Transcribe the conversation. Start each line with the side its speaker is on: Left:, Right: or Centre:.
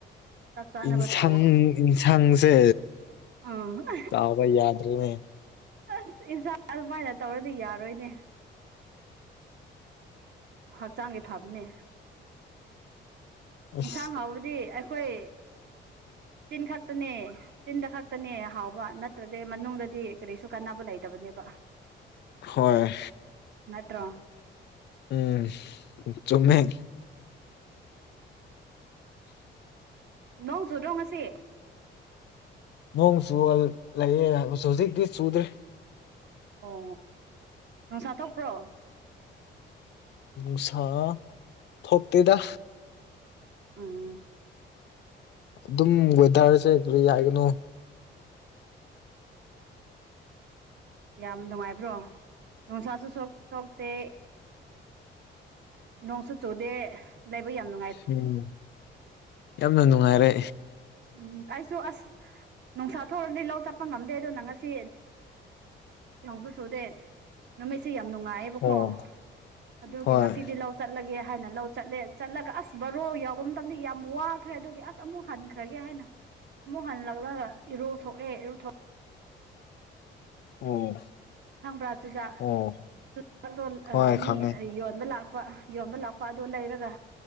Right: ꯆꯥꯛ ꯆꯥꯅꯕ
Left: ꯏꯟꯁꯥꯡ
Right: ꯇꯧꯋꯣ
Left: ꯌꯦꯟꯁꯥꯡꯁꯦ
Right: ꯑꯥ
Left: ꯇꯥꯎꯕ ꯌꯥꯗ꯭ꯔꯅꯦ
Right: ꯑꯁ ꯏꯟꯁꯥꯡ ꯑꯗꯨꯃꯥꯏꯅ ꯇꯧꯔꯗꯤ ꯌꯥꯔꯣꯏꯅꯦ ꯍꯛꯆꯥꯡꯗꯤ ꯐꯕꯅꯦ
Left: ꯑꯁ
Right: ꯏꯟꯁꯥꯡ ꯍꯥꯎꯕꯗꯤ ꯑꯩꯈꯣꯏ ꯆꯤꯟ ꯈꯛꯇꯅꯦ ꯆꯤꯟꯗ ꯈꯛꯇꯅꯦ ꯍꯥꯎꯕ ꯅꯠꯇ꯭ꯔꯗꯤ ꯃꯅꯨꯡꯗꯗꯤ ꯀꯔꯤꯁꯨ ꯀꯥꯟꯅꯕ ꯂꯩꯇꯕꯅꯦꯕ
Left: <unintelligible> ꯍꯣꯏ
Right: ꯅꯠꯇ꯭ꯔꯣ
Left: ꯎꯝ ꯆꯨꯝꯃꯦ
Right: ꯅꯣꯡ ꯆꯨꯗ꯭ꯔꯣ ꯉꯁꯤ
Left: ꯅꯣꯡ ꯆꯨꯒ ꯂꯩꯑꯦ ꯍꯧꯖꯤꯛꯇꯤ ꯆꯨꯗꯦ
Right: ꯑꯣ ꯅꯨꯡꯁꯥ ꯊꯣꯛꯄ꯭ꯔꯣ
Left: ꯅꯨꯡꯁꯥ ꯊꯣꯛꯇꯦꯗ
Right: ꯎꯝ
Left: ꯑꯗꯨꯝ ꯋꯦꯗꯔꯁꯦ ꯀ꯭ꯔꯤ ꯍꯥꯏꯒꯅꯣ
Right: ꯌꯥꯝ ꯅꯨꯡꯉꯥꯏꯕ꯭ꯔꯣ ꯅꯨꯡꯁꯥꯁꯨ ꯁꯣꯛ ꯊꯣꯛꯇꯦ ꯅꯣꯡꯁꯨ ꯆꯨꯗꯦ ꯂꯩꯕ ꯌꯥꯝꯅ
Left: ꯎꯝ ꯌꯥꯝꯅ ꯅꯨꯡꯉꯥꯏꯔꯦ
Right: ꯎꯝ ꯑꯩꯁꯨ ꯑꯁ ꯅꯨꯡꯁꯥ ꯊꯣꯛꯔꯗꯤ ꯂꯧ ꯆꯠꯄ ꯉꯝꯗꯦ ꯑꯗꯨꯅ ꯉꯁꯤ ꯅꯣꯡꯁꯨ ꯆꯨꯗꯦ ꯅꯨꯃꯤꯠꯁꯤ ꯌꯥꯝ ꯅꯨꯡꯉꯥꯏꯑꯦꯕꯀꯣ
Left: ꯑꯣ
Right: ꯑꯗꯨꯒꯤ
Left: ꯍꯣꯏ
Right: ꯉꯁꯤꯗꯤ ꯂꯧ ꯆꯠꯂꯒꯦ ꯍꯥꯏꯅ ꯂꯧ ꯆꯠꯂꯦ ꯆꯠꯂꯒ ꯑꯁ ꯕꯔꯣ ꯌꯥꯎꯕ ꯃꯇꯝꯗꯤ ꯌꯥꯝ ꯋꯥꯈ꯭ꯔꯦ ꯑꯗꯨꯒꯤ ꯑꯁ ꯑꯃꯨꯛ ꯍꯟ ꯊꯒꯦ ꯍꯥꯏꯅ ꯑꯃꯨꯛ ꯍꯜꯂꯛꯂꯒ ꯏꯔꯨ ꯊꯣꯛꯑꯦ ꯏꯔꯨꯊꫭꯛ
Left: ꯑꯣ
Right: ꯈꯪꯕ꯭ꯔꯥ ꯆꯨꯖꯥꯛ
Left: ꯑꯣ
Right: ꯆꯨꯖꯥꯛꯇꯣ
Left: ꯍꯣꯏ
Right: ꯑ ꯃꯤ
Left: ꯈꯪꯉꯦ
Right: ꯌꯣꯟꯕ ꯂꯥꯛ ꯄ ꯌꯣꯟꯕ ꯂꯥꯛꯄ ꯑꯗꯨ ꯂꯩꯔꯒ